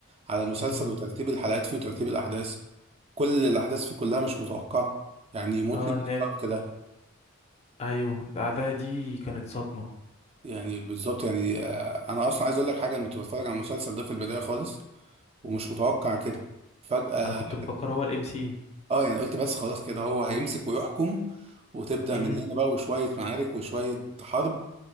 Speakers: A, on the right; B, on the left.
A: على المسلسل
B: امم
A: وترتيب الحلقات فيه وترتيب الاحداث كل الاحداث فيه كلها مش متوقعه يعني يموتني
B: اه
A: الاشتراك
B: ناك
A: كده
B: أيوه الأعداء دي كانت صدمة
A: يعني بالظبط يعني آه، انا اصلا عايز اقول لك حاجه انا كنت بتفرج على المسلسل ده في البدايه خالص ومش متوقع كده فجاه
B: أنا كنت مفكر هو الام سي
A: اه يعني قلت بس خلاص كده هو هيمسك ويحكم وتبدا
B: امم
A: من هنا بقى وشويه معارك وشويه حرب